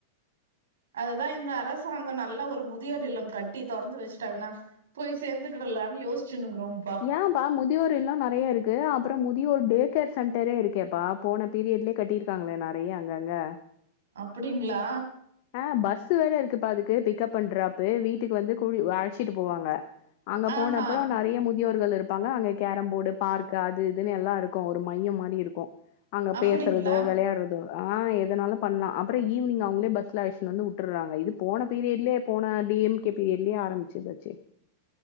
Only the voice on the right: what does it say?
அதுதா இந்த அரசாங்க நல்ல ஒரு முதியோர் இல்லம் கட்டி தொறந்து வச்சுட்டாங்கன்னா போயி சேந்துகிடலான்னு யோசிச்சினுகிறோம்பா
அப்பிடிங்களா
ஆஹா
அப்டிங்களா